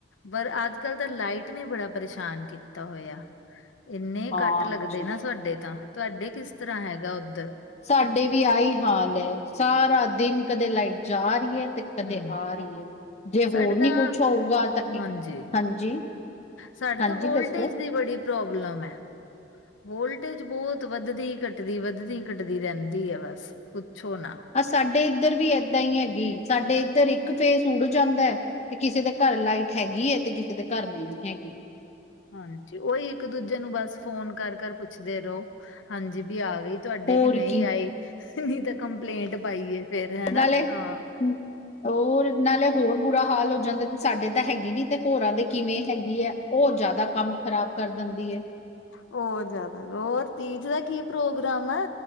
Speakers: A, on the left; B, on the left.
A: ਪਰ ਆੱਜ-ਕਾੱਲ ਤੇ ਲਾਈਟ ਨੇ ਬੜਾ ਪਰੇਸ਼ਾਨ ਕੀਤਾ ਹੋਏਆ, ਇੰਨੇ
B: ਹਾਂਜੀ।
A: ਕੱਟ ਲੱਗਦੇ ਨਾ ਸਾਡੇ ਤਾਂ। ਤੂਆਡੇ ਕਿਸ ਤਰਾਂ ਹੈਗੈ ਓਦੱਰ?
B: ਸਾਡੇ ਵੀ ਆਈ ਹਾਲ ਐ, ਸਾਰਾ ਦਿਨ ਕਦੇ ਲਾਈਟ ਜਾ ਰੀ ਐ, ਤੇ ਕਦੇ
A: ਹਮ
B: ਆ ਰੀ ਐ, ਜੇ
A: ਸਾਡੇ
B: ਹੋਰ ਨੀ
A: ਤਾਂ
B: ਕੁੱਛ ਹੋਊਗਾ, ਤਾਂ ਇੱਕ,
A: ਹਾਂਜੀ
B: ਹਾਂਜੀ।
A: ਸਾਡੇ
B: ਹਾਂਜੀ
A: ਤਾਂ ਵੋਲਟੇਜ
B: ਦੱਸੋ
A: ਦੀ ਬੜੀ ਪ੍ਰੋਬਲਮ ਐ। ਵੋਲਟੇਜ ਬੋਤ ਵੱਦਦੀ-ਘੱਟਦੀ, ਵੱਦਦੀ-ਘੱਟਦੀ ਰੈਂਦੀ ਐ, ਬੱਸ। ਪੁੱਛੋ ਨਾ।
B: ਅ ਸਾਡੇ ਇੱਦਰ ਵੀ ਏਦਾਂ ਈ ਹੈਗੀ, ਸਾਡੇ ਇੱਦਰ ਇੱਕ ਫੇਸ ਉੱਡ ਜਾਂਦੈ ਤੇ ਕਿਸੇ ਦੇ ਘਾਰ ਲਾਈਟ ਹੈਗੀ ਐ, ਤੇ ਕਿਸੇ ਦੇ ਘਾਰ ਨਈ ਹੈਗੀ।
A: ਹਾਂਜੀ, ਓਈ ਇੱਕ ਦੂਜੇ ਨੂੰ ਬਾੱਸ ਫੋਨ ਕਾਰ-ਕਾਰ ਪੁੱਛਦੇ ਰਓ ਹਾਂਜੀ, ਬੀ ਆ ਗਈ ਤੂਆਡੇ
B: ਹੋਰ
A: ਕੇ ਨਈ
B: ਕੀ
A: ਆਈ, ਨੀ ਤੇ ਕੰਪਲੇਂਟ ਪਾਈਏ। ਫੇਰ ਹਨਾ
B: ਨਾਲੇ,
A: ਹਾਂ
B: ਹੂੰ, ਓ ਹੋਰ ਨਾਲੇ ਹੋਰ ਬੁਰਾ ਹਾਲ ਹੋ ਜਾਂਦਾ, ਤੇ ਸਾਡੇ ਤਾਂ ਹੈਗੀ ਨੀ ਤੇ ਹੋਰਾਂ ਦੇ ਕਿਵੇਂ ਹੈਗੀ ਐ। ਓ ਜ਼ਾਦਾ ਕੰਮ ਖ਼ਰਾਬ ਕਰ ਦਿੰਦੀ ਏ।
A: ਹੋਰ ਜ਼ਾਦਾ ਹੋਰ ਤੀਜ ਦਾ ਕੀ ਪ੍ਰੋਗਰਾਮ ਐ।